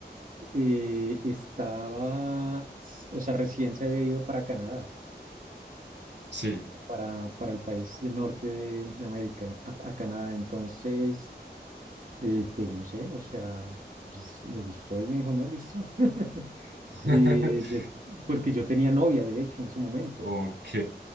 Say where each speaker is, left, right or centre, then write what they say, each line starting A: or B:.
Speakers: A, on the right (about 50°); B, on the right (about 80°).
A: eh, estaba, s- o sea, recién se había ido para Canadá,
B: sí,
A: para, para el país del norte de, de América, a, a Canadá. Entonces, eh, pues no sé, o sea, pues, le gustó y me dijo, no, listo. <laughs>
B: <laughs>
A: Eh, des- porque yo tenía novia, de hecho, en ese momento.
B: ok,